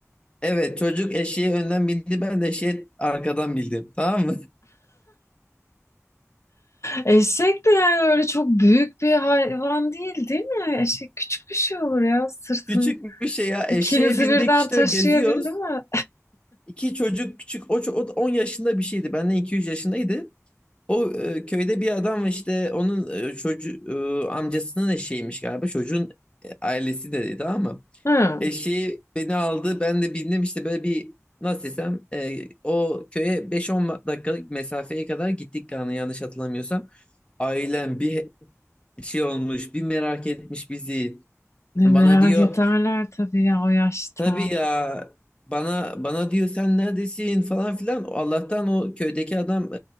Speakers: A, on the left; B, on the left.
A: Evet çocuk eşeğe önden bindi ben de eşeğe arkadan bindim tamam mı?
B: Eşek de yani öyle çok büyük bir hayvan değil, değil mi? Eşek küçük bir şey olur ya. Sırtın
A: <laughs> Küçük bir şey ya
B: ikinizi
A: eşeğe bindik
B: birden
A: işte
B: taşıyabildi
A: geziyoruz.
B: mi?
A: İki çocuk küçük o, ço- o da 10 yaşında bir şeydi benden 2-3 yaşındaydı. O e, köyde bir adam işte onun e, çocuğu e, amcasının eşeğiymiş galiba çocuğun e, ailesi de dedi tamam mı?
B: Hı.
A: Eşeği beni aldı ben de bindim işte böyle bir nasıl desem e, o köye 5-10 dakikalık mesafeye kadar gittik yani yanlış hatırlamıyorsam. Ailem bir Bir şey olmuş bir merak etmiş bizi.
B: Ne
A: Bana
B: merak
A: diyor
B: ederler tabii ya o yaşta.
A: tabii ya bana bana diyor sen neredesin falan filan. Allah'tan o köydeki adam